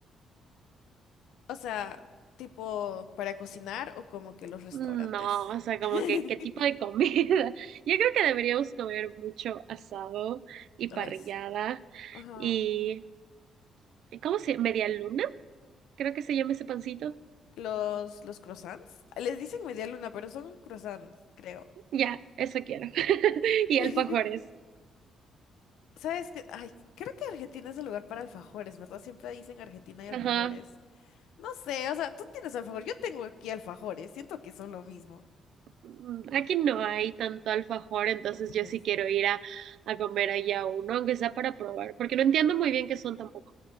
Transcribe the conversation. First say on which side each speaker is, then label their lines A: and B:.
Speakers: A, on the left; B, on the right.
A: O sea, tipo para cocinar o como que los restaurantes.
B: Mm, No, o sea,
A: <laughs>
B: como que qué tipo de comida. <laughs> Yo creo que deberíamos comer mucho asado y parrillada
A: Ay, sí. Ajá.
B: y ¿y ¿cómo se llama? ¿Media luna? Creo que se llama ese pancito.
A: Los, los croissants. Les dicen media luna, pero son croissants, creo.
B: Ya, eso quiero. <laughs> Y
A: <laughs>
B: alfajores.
A: ¿Sabes qué? Ay, creo que Argentina es el lugar para alfajores, ¿verdad? Siempre dicen Argentina y alfajores.
B: Ajá.
A: No sé, o sea, tú tienes alfajor, yo tengo aquí alfajores, siento que son lo mismo.
B: Mm, Aquí no hay tanto alfajor, entonces
A: No digas.
B: yo sí quiero ir a, a comer allá uno, aunque sea para probar, porque no entiendo muy bien qué son tampoco.